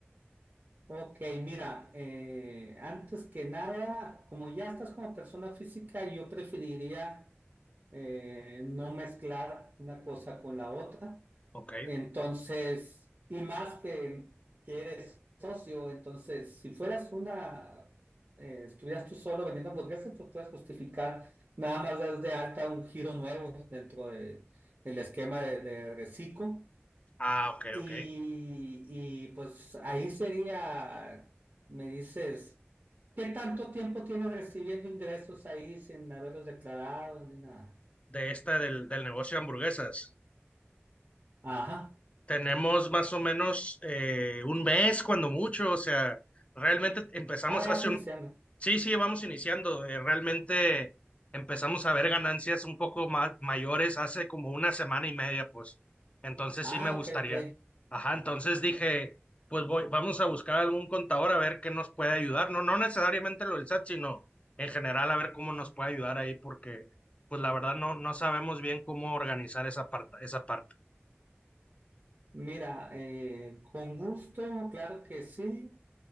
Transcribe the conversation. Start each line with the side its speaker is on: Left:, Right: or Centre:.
Right: Ok, mira, eh, antes que nada, como ya estás como persona física, yo preferiría eh, no mezclar una cosa con la otra.
Left: ¿ok?
Right: Entonces, y más que, que eres socio, entonces, si fueras una, eh, estuvieras tú solo vendiendo hamburguesas, pues puedes justificar nada más das de alta un giro nuevo dentro de, del esquema de, de Recico.
Left: Ah, ok,
Right: Y,
Left: ok.
Right: y, pues ahí sería, me dices, ¿qué tanto tiempo tienes recibiendo ingresos ahí sin haberlos declarado ni nada?
Left: De esta del, del negocio de hamburguesas.
Right: Ajá.
Left: Tenemos más o menos eh, un mes, cuando mucho, o sea, realmente empezamos
Right: Ah, vas
Left: hace
Right: iniciando.
Left: un... Sí, sí, vamos iniciando, eh, realmente empezamos a ver ganancias un poco más mayores hace como una semana y media, pues, entonces
Right: Ah,
Left: sí me gustaría.
Right: ok, ok.
Left: Ajá, entonces dije, pues voy, vamos a buscar algún contador a ver qué nos puede ayudar, no, no necesariamente lo del SAT, sino en general a ver cómo nos puede ayudar ahí, porque pues la verdad no, no sabemos bien cómo organizar esa parte, esa parte.
Right: Mira, eh, con gusto, claro que sí.